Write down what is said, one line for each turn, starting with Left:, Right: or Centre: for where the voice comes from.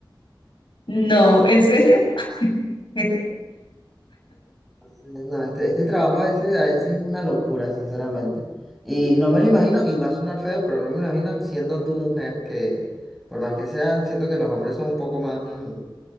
Left: No, ¿en serio? <laughs>
Centre: No, este, este trabajo a veces, a veces es una locura, sinceramente. Y, no me lo imagino, y va a sonar feo, pero no me lo imagino siendo tu mujer, que por más que sea, siento que los hombres son un poco más, mm,